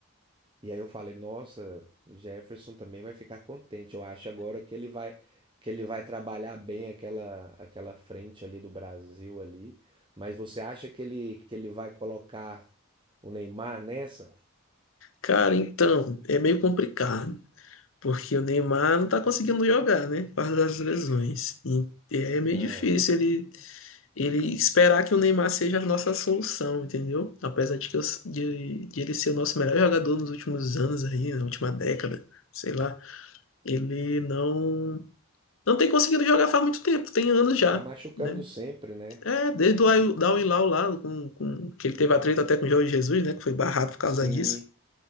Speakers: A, on the right; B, on the left.
A: E aí eu falei, nossa, Jefferson também vai ficar contente. Eu acho agora que ele vai que ele vai trabalhar bem aquela aquela frente ali do Brasil ali. Mas você acha que ele que ele vai colocar o Neymar nessa?
B: Cara, então, é meio complicado, porque o Neymar não tá conseguindo jogar, né? Por causa das lesões. E e aí é meio
A: Ah,
B: difícil ele, ele esperar que o Neymar seja a nossa solução, entendeu? Apesar de, que eu- de, de ele ser o nosso melhor jogador nos últimos anos aí, na última década, sei lá, ele não não tem conseguido jogar faz muito tempo, tem anos já,
A: tá machucando
B: né?
A: sempre, né?
B: É, desde o Al- da Al Hilal lá, com, com, que ele teve atrito até com o Jorge Jesus, né? Que foi barrado por causa
A: Sim.
B: disso.